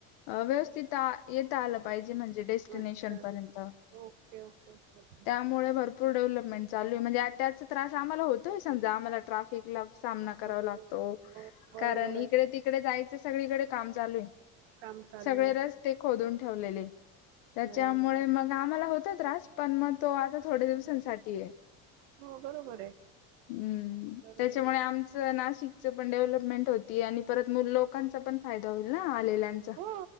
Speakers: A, on the left; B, on the right.
A: व्यवस्थित येता आलं पाहिजे, म्हणजे डेस्टिनेशन
B: अच्छा
A: पर्यंत,
B: ओके ओके ओके ओके
A: त्या मुळे भरपूर डेव्हलपमेंट चालूये, म्हणजे त्याचा त्रास आम्हाला होतोय समजा, आम्हाला ट्राफिक ला सामना करावा
B: हो हो
A: लागतो,
B: बरोबर
A: कारण इकडे
B: आहे
A: तिकडे जायचं, सगळीकडे काम चालूये.
B: काम चालू
A: सगळे
B: आहे
A: रस्ते खोदून ठेवलेले त्याच्यामुळे
B: अरे देवा.
A: मग आम्हाला होत त्रास पण मग तो आता थोडे्या दिवसांसाठी आहे
B: हो बरोबर आहे
A: हम्म
B: बरोबर
A: त्याच्यामुळे
B: आहे
A: आमच नाशिकचं पण डेव्हलपमेंट होती आणि परत लोकांचा पण फायदा होईल ना आलेल्यांचा
B: हो